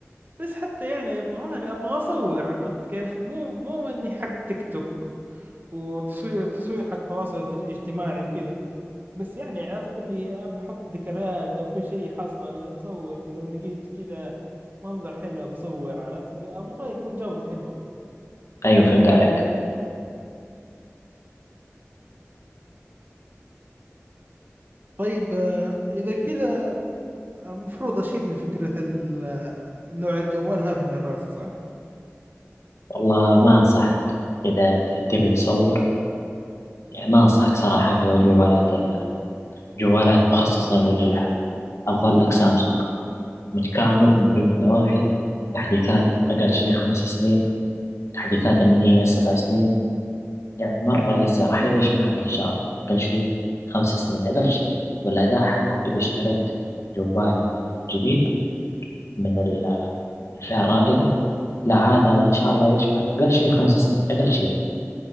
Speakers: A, on the right; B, on the left.
A: بس حتى يعني ابغى ابغى اصور عرفت كيف مو مو اني حق تيك توك وتصوير تصوير حق تواصل التج- اجتماعي وكذا بس يعني عرفت اللي بحط ذكريات لو في شيء حصل بصور لو لقيت كذا منظر حلو بصور عرفت ابغى يكون جودة حلوة
B: أيوة فهمت عليك
A: طيب آه، إذا كذا المفروض اشيل من فكرة ال- نوع الجوال هذا من راسي صح؟
B: والله ما أنصحك إذا ت- تبي تصور يعني ما أنصحك صراحة في جوالات ال- جوالات مخصصة للألعاب أفضل لك سامسونج متكامل من كل النواحي تحديثات أقل شيء خمس سنين تحديثات أمنية سبع سنين يعني مرة عزة راح يعيش معك إن شاء الله أقل شيء خمس سنين أقل شيء والأداء حقه إذا اشتريت جوال جديد من ال- الفئة الرائدة لا هذا إن شاء الله يعيش معك أقل شيء خمس سنين أقل شيء